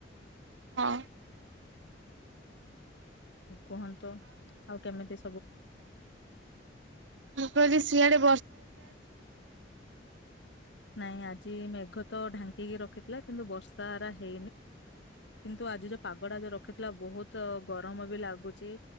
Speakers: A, on the right (about 85°); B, on the left (about 75°).
A: ହଁ।
B: କୁହନ୍ତୁ ଆଉ କେମିତି
A: ମୁଁ କହିଲି ସିଆଡେ
B: ନାଇଁ ଆଜି ମେଘ ତ ଢାଙ୍କିକି ରଖି କିନ୍ତୁ ଆଜି ଯୋଉ ପାଗଟା ଯୋଉ ରଖିଥିଲା ବହୁତ ଗରମ ବି ଲାଗୁଛି